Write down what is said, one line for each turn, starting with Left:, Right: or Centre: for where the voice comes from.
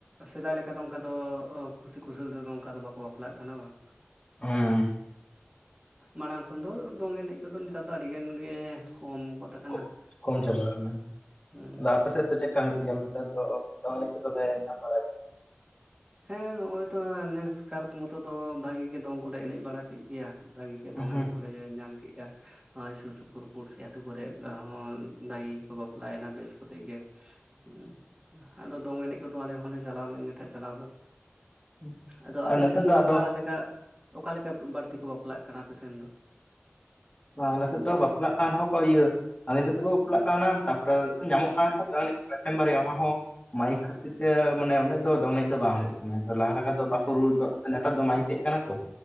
Right: ᱥᱮᱫᱟᱭ ᱞᱮᱠᱟ ᱫᱚ ᱚᱝᱠᱟ ᱫᱚ ᱠᱩᱥᱤ ᱠᱩᱥᱟᱹᱞ ᱛᱮᱫᱚ ᱚᱝᱠᱟ ᱫᱚ ᱵᱟᱠ ᱠᱚ ᱵᱟᱯᱞᱟᱜ ᱠᱟᱱᱟ ᱵᱟᱝ?
Left: ᱦᱮᱸ
Right: ᱢᱟᱲᱟᱝ ᱠᱷᱚᱱ ᱫᱚ ᱫᱚᱝ ᱮᱱᱮᱡᱽ <unintelligible> ᱱᱮᱛᱟᱨ ᱫᱚ ᱟᱹᱰᱤ ᱜᱟᱱ ᱜᱮ ᱠᱚᱢ ᱜᱚᱫ ᱟᱠᱟᱱᱟ᱾
Left: ᱠᱚ- ᱠᱚᱢ
Right: ᱦᱩᱸ
Left: ᱪᱟᱵᱟ ᱟᱠᱟᱱᱟ᱾
Right: ᱦᱩᱸ
Left: ᱛᱟᱦᱞᱮ ᱟᱯᱮ ᱥᱮᱫ ᱫᱚ ᱪᱮᱠᱟ ᱟᱸᱴ ᱜᱮᱭᱟ ᱱᱮᱛᱟᱨ ᱫᱚ ᱫᱚᱝ ᱮᱱᱮᱡ ᱫᱚᱞᱮ ᱧᱟᱢ ᱵᱟᱲᱟ
Right: ᱦᱮᱸ ᱱᱚᱜᱼᱚᱭ ᱛᱚ ᱱᱮᱥ ᱠᱟᱨ ᱢᱚᱛᱚ ᱫᱚ ᱵᱷᱟᱹᱜᱤ ᱜᱮ ᱫᱚᱝ ᱠᱚᱞᱮ ᱮᱱᱮᱡ ᱵᱟᱲᱟ ᱠᱮᱫ ᱜᱮᱭᱟ᱾ ᱵᱷᱟᱹᱜᱤ ᱫᱚᱝ
Left: ᱦᱩᱸ
Right: ᱮᱱᱮᱡ ᱠᱚᱞᱮ ᱧᱟᱢ ᱠᱮᱫᱼᱟ᱾ ᱱᱚᱜ-ᱚᱭ ᱥᱩᱨ ᱥᱩᱯᱩᱨ ᱟᱹᱛᱩ ᱠᱚᱨᱮ᱾ ᱦᱚᱸ ᱫᱟᱭᱤ ᱠᱚ ᱵᱟᱯᱞᱟᱭᱮᱱᱟ ᱵᱮᱥ ᱠᱚᱛᱮ ᱜᱮ ᱦᱩᱸ᱾ ᱟᱫᱚ ᱫᱚᱝ ᱮᱱᱮᱡ ᱠᱚᱫᱚ ᱟᱞᱮ ᱦᱚᱸᱞᱮ ᱪᱟᱞᱟᱣ ᱞᱮᱱ ᱜᱮ ᱛᱟᱦᱮᱸᱫ ᱪᱟᱞᱟᱣ ᱫᱚ᱾
Left: ᱦᱩᱸ
Right: ᱟᱫᱚ ᱟᱯᱮ
Left: ᱟᱨ ᱱᱮᱛᱟᱨ
Right: ᱥᱮᱱ ᱫᱚ
Left: ᱟᱫᱚ
Right: ᱚᱠᱟ ᱞᱮᱠᱟ, ᱚᱠᱟ ᱞᱮᱠᱟ ᱵᱟᱹᱲᱛᱤ ᱠᱚ ᱵᱟᱯᱞᱟᱜ ᱠᱟᱱᱟ ᱟᱯᱮ ᱥᱮᱱ ᱫᱚ?
Left: ᱵᱟᱸ ᱱᱤᱛᱚᱜ ᱫᱚ ᱵᱟᱯᱞᱟᱜ ᱠᱟᱱ ᱨᱮᱦᱚᱸ ᱠᱚ ᱤᱭᱟᱹ ᱟᱸᱜᱤᱨ ᱠᱟᱛᱮ ᱠᱚ ᱵᱟᱯᱞᱟᱜ ᱠᱟᱱᱟ᱾ ᱛᱟᱯᱚᱨ ᱧᱟᱢᱚᱜ ᱠᱟᱱᱟ ᱠᱚ ᱫᱚᱝ ᱮᱱᱮᱡ ᱠᱚ ᱢᱤᱫᱴᱟᱹᱝ ᱵᱟᱨᱭᱟ ᱚᱱᱟ ᱦᱚᱸ ᱢᱟᱭᱤᱠ ᱠᱷᱟᱹᱛᱤᱨ ᱛᱮ ᱢᱟᱱᱮ ᱩᱱᱟᱹᱜ ᱫᱚᱝ ᱮᱱᱮᱡ ᱫᱚ ᱵᱟᱝ ᱦᱩᱭᱩᱜ ᱠᱟᱱᱟ ᱞᱟᱦᱟ ᱞᱮᱠᱟᱛᱮ
Right: ᱦᱮᱸ
Left: ᱵᱟᱠᱚ ᱨᱩ ᱱᱮᱛᱟᱨ ᱫᱚ ᱢᱟᱭᱤᱠ ᱦᱮᱡ ᱟᱠᱟᱱᱟ ᱛᱚ